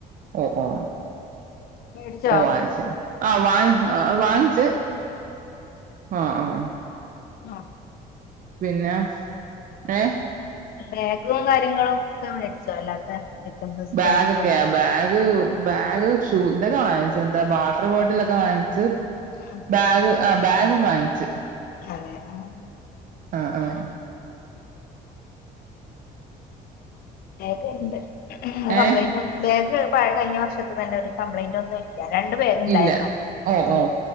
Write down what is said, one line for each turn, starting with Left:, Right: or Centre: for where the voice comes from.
Right: ഓ ഓ
Left: മേടിച്ചോ
Right: ഓ വാങ്ങിച് അ ആഹ് വാങ്ങ വാങ്ങിച്ച ആഹ ആഹ
Left: ആ
Right: പിന്നെ ഏഹ
Left: ബാഗും കാര്യങ്ങളും ഒക്കെ മേടിച്ചോ അല്ലാത്ത ഐറ്റംസ് സ്റ്റേഷനറി
Right: ബാഗ ഒക്കെയ ബാഗ് ബാഗ് ഷൂ ഇതൊക്കെ വാങ്ങിച്ച എന്താ വാട്ടർ ബോട്ടിലൊക്കെ വാങ്ങി ച്
Left: ഉം
Right: ബാഗ് ആഹ ബാഗ്ഗ വാങ്ങിച്ചു
Left: <unintelligible>
Right: ആഹ ആഹ
Left: ബാഗ് ഉണ്ട് ആ കംപ്ലയിന്റ്
Right: ഏ
Left: ബാഗ് പഴ കഴിഞ്ഞ വർഷത്ത് തന്നെ ഒരു കപ്യിന്റ് ഒന്നുമില്ല രണ്ട ബാഗ്ണ്ടായിരുന്നുോ
Right: ഇല്ല ഓ
Left: ഉം
Right: ഓ